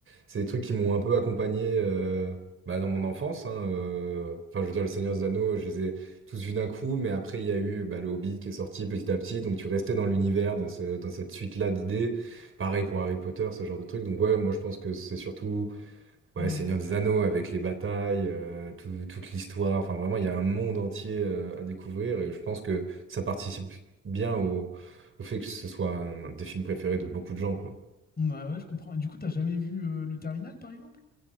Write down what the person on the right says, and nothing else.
C'est des trucs qui m'ont un peu accompagné. euh, Bah, dans mon enfance, hein, euh, enfin, je veux dire, le Seigneur des Anneaux, je les ai tous vus d'un coup, mais après, il y a eu bah, le Hobbit qui est sorti petit à petit, donc tu restais dans l'univers, dans ce- dans cette suite-là d'idées. Pareil pour Harry Potter, ce genre de truc. Donc, ouais, moi, je pense que c'est surtout
ouais, Seigneur des Anneaux avec les batailles, euh, tout- toute l'histoire. Enfin, vraiment, il y a un monde entier euh, à découvrir et je pense que ça participe bien au, au fait que ce soit un des films préférés de beaucoup de gens, quoi.